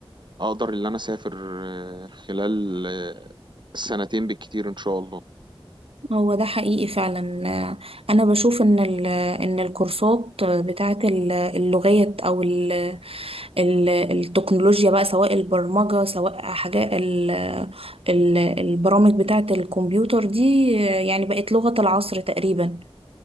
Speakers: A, on the right; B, on the right.
A: اقدر ان انا اسافر آه، خلال آه، سنتين بالكتير ان شاء الله
B: هو ده حقيقي فعلا آه، أنا بشوف إن ال- إن الكورسات بتاعت ال- اللغات أو ال- ال- التكنولوجيا بقى سواء البرمجة سواء حاجات ال- ال- البرامج بتاعة الكمبيوتر دي آه، يعني بقت لغة العصر تقريبا